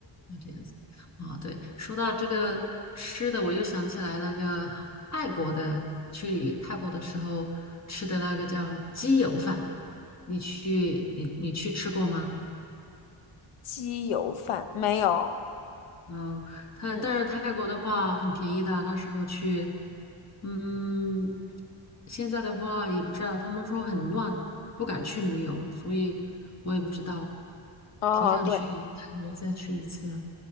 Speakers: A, on the left; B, on the left.
A: 那这样子啊，对，说到这个吃的，我又想起来那个泰国的，去泰国的时候吃的那个叫鸡油饭，你去你你去吃过吗？
B: <laughs> 鸡油饭，没有，
A: 嗯，它但是泰国的话很便宜的，
B: 嗯，
A: 那时候去，嗯，现在的话也不知道，他们说很乱，不敢去旅游，所以我也不知道，
B: 哦，
A: 挺想去泰国再去一次的。
B: 对。